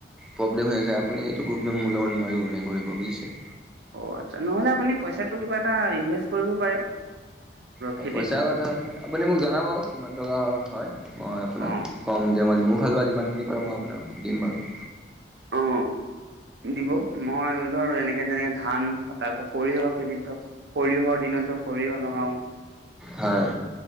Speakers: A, in the centre; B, on the right.
A: প্ৰব্লেম হৈ আছে আপুনি এইটো প্ৰব্লেম মোৰ লগত নোৱাৰিব মানে কৰিব বুজিছে।
B: অ', আচ্ছা নহলে আপুনি পইচাটো কিবা এটা ইনভেষ্ট কৰিব পাৰে।
A: হয়
B: খেতিত
A: পইচাৰ
B: ধৰক
A: কথা মানে আপুনি মোক জনাব কিমান টকা হয়। মই আপোনাক
B: অ
A: ক'ম যে মই মোৰ ফালৰ পৰা যিমানখিনি পাৰো মই আপোনাক দিম বাৰু।
B: অ দিব মই ধৰ এনেকে যেনেকে ধান তাৰপিছত সৰিয়হৰ খেতিত ধৰ সৰিয়হৰ দিনতো সৰিয়হ লগাও।
A: হয়।